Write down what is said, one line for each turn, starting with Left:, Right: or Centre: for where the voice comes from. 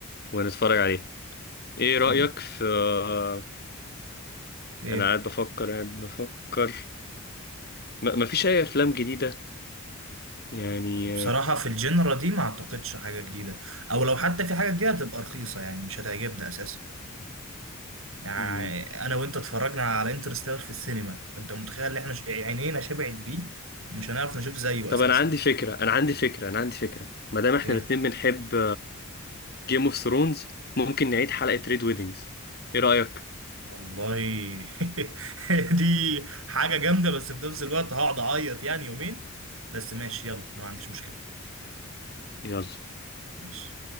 Left: ونتفرج عليه ايه
Right: طب
Left: رأيك في آه،
Right: ايه
Left: انا قاعد بفكر قاعد بفكر ما مفيش اي افلام جديدة يعني
Right: بصراحة في الجنرا دي ما اعتقدش حاجة جديدة او لو حتى في حاجة جديدة تبقى رخيصة يعني مش هتعجبنا اساسا يعني
Left: آه،
Right: انا وانت اتفرجنا على انترستيلر في السينما فانت متخيل ان احنا ش... عينينا شبعت بيه مش هنعرف نشوف زيه
Left: طب
Right: اساسا
Left: انا عندي فكره انا عندي فكره انا عندي فكره ما دام احنا
Right: ايه
Left: الاتنين بنحب جيم اوف ثرونز ممكن نعيد حلقه ريد ويدنجز ايه رايك
Right: والله <laughs> دي حاجة جامدة بس في نفس الوقت هقعد اعيط يعني يومين بس ماشي يلا انا ما عنديش مشكلة
Left: يلا
Right: ماشي